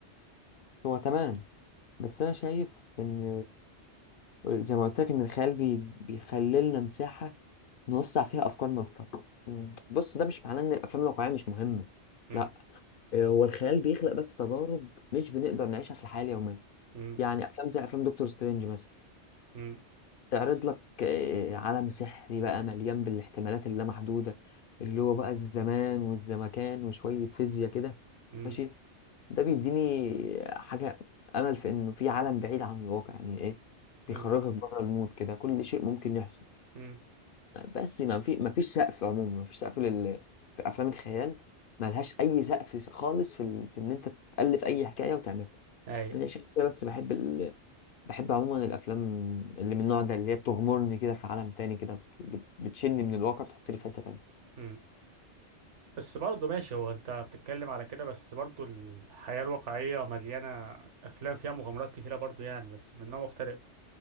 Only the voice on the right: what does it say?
م-
م-
م-
م-
م-
م.
اي
م. بس برضه ماشي هو انت بتتكلم على كده بس برضه الحياة الواقعية مليانة افلام فيها مغامرات كتيرة برضه يعني بس من نوع مختلف